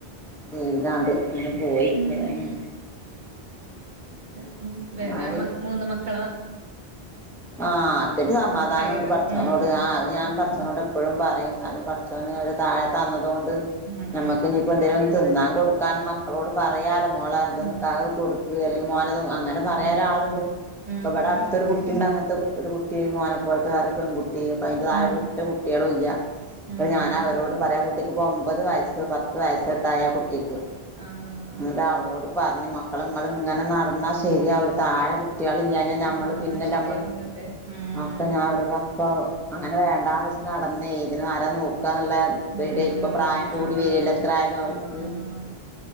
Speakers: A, in the centre; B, on the right (about 50°).
A: ജീവിതാണ്ട് ഇങ്ങനെപോയി
B: ഉം
A: അതന്നെ
B: ഉ ഉം വേറെമൂന്ന്
A: ആയി
B: മക്കള
A: ആഹ് അതൊരുസമാധാനംണ്ട്
B: ഹയറ്
A: പടച്ചോനോട്
B: ഉം
A: ആ അത്ഞാൻ
B: അതന്നെ
A: പടച്ചോനോട്എപ്പോഴും പറ പറയുംന്നാലും പടച്ചോന് <unintelligible> തന്നതൊണ്ട്
B: ഉം
A: നമ്മക്ക്ഞ്ഞിപ്പോന്തെലും
B: ഉം അതുണ്ടല്ലോ
A: തിന്നാൻ കൊടുക്കാനും മക്ക മക്കളോട് പറയാലോമോളെതൊന്ന്
B: ഉം
A: <unintelligible> കൊട്ക്ക് അല്ലെങ്കിൽമോനെ അങ്ങനെപറയാരാളുണ്ട്
B: ഉം ഉം
A: ഇപ്പൊവിടെ
B: ഉം
A: അടുത്തൊരു
B: ഉം
A: കുട്ട അങ്ങനത്തെ ഒരു കുട്ടി മോനപൊൽത്തെവേറൊരു പെൺകുട്ടി അപ്പൊതിന്റെതായെ
B: ഉം
A: ഒരുറ്റ കുട്ടിയളുല്ല ഇപ്പൊ
B: ഉം
A: ഞാനാവരോട്
B: ഔ
A: പറയാ അകുട്ടിക്ക്പ്പൊ ഒമ്പത് വയസ്സ് പത്ത് വയസ്സോട്ടായാ കുട്ട
B: ആഹ്
A: <unintelligible> പറഞ്ഞുമക്കളെ ഇങ്ങള്ങ്ങനെ നടന്നാശരിയാവുരു താഴെകുട്ടിയാളില്ലാഞ്ഞാലമ്മള്
B: ആഹ്
A: പിന്നെല്ലമള്ള്
B: ശരിയാവില്ല അതെ ഉം
A: <unintelligible> ഞാനാവരുടെ ഇപ്പൊ അങ്ങനെവേണ്ടാന്ന് വെച്ച്നടന്നേയ് ഇതിനവരനോക്ക ക്കാന്നുള്ള
B: ഉം
A: പേടിയിപ്പൊപ്രായം
B: ഉം
A: കൂടിവരില്ലെത്രായാലുവർക്ക്
B: ആഹ് ആഹ് ആഹ്